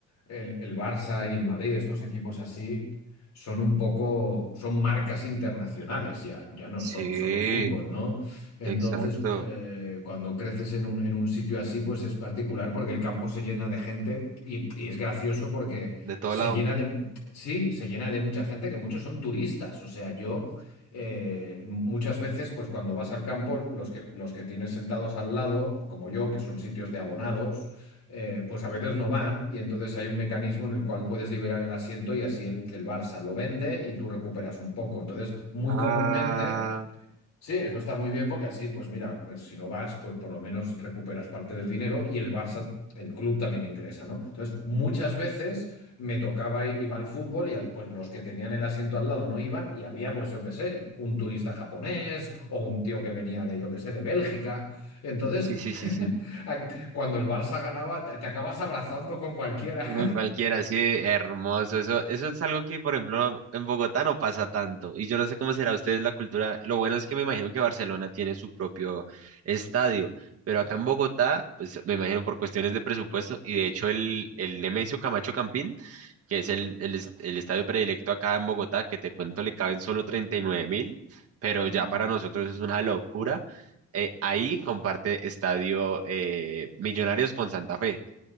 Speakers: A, on the left (about 65°); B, on the right (about 50°).
A: el, el Barça y el Madrid, estos equipos así, son un poco, son marcas internacionales ya, ya no
B: sí,
A: son solo fútbol, ¿no? Entonces,
B: exacto,
A: eh, cuando creces en un, en un sitio así, pues es particular porque el campo se llena de gente y, y es gracioso porque
B: de todo
A: se
B: lado.
A: llena de, sí, se llena de mucha gente que muchos son turistas, o sea, yo eh, muchas veces, pues cuando vas al campo, los que, los que tienes sentados al lado, como yo, que son sitios de abonados, eh, pues a veces no van y entonces hay un mecanismo en el cual puedes liberar el asiento y así el, el Barça lo vende y tú recuperas un poco. Entonces, muy
B: Ah,
A: comúnmente Sí, eso está muy bien porque así, pues mira, pues si no vas, pues por lo menos recuperas parte del dinero y el Barça, el club también ingresa, ¿no? Entonces, muchas veces me tocaba ir, iba al fútbol y al- pues los que tenían el asiento al lado no iban y había, pues yo qué sé, un turista japonés o un tío que venía de, yo qué sé, de Bélgica. Entonces,
B: sí, sí,
A: <laughs>
B: sí, sí.
A: a- cuando el Barça ganaba, te, te acabas abrazando con cualquiera.
B: No, cualquiera, así de hermoso. Eso, eso es algo que, por ejemplo, en Bogotá no pasa tanto. Y yo no sé cómo será ustedes la cultura. Lo bueno es que me imagino que Barcelona tiene su propio estadio. Pero acá en Bogotá, pues me imagino por cuestiones de presupuesto. Y de hecho, el, el Nemesio Camacho Campín, que es el, el, es- el estadio predilecto acá en Bogotá, que te cuento le caben solo treinta y nueve mil. Pero
A: <laughs>
B: ya
A: Ujú.
B: para nosotros es una locura. Eh, ahí comparte estadio eh, Millonarios con Santa Fe